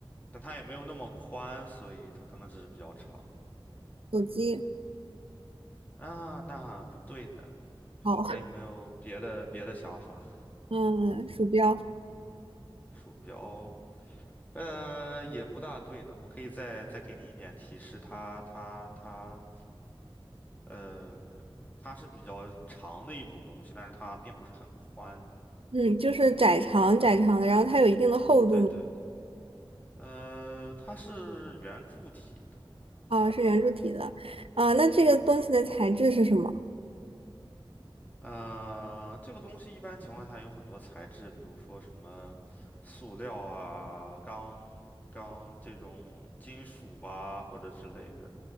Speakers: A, on the left (about 15°); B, on the right (about 85°).
A: 但它也没有那么宽，所以它可能只是比较长
B: 手机，
A: 啊。那不对呢，
B: 好，
A: 还有没有别的别的想法？
B: <laughs> 嗯，鼠标，
A: 鼠标，呃，也不大对呢。我可以再再给你一点提示，它它它，呃，它是比较长的一种东西，但是它并不是很宽。
B: 嗯，就是窄长窄长的，然后它有一定的厚度嘛，
A: 对对，呃，它是圆柱体的。
B: 啊，是圆柱体的，啊，那这个东西的材质是什么？
A: 呃，这个东西一般情况下有很多材质，比如说什么塑料啊、钢钢这种金属啊或者之类的，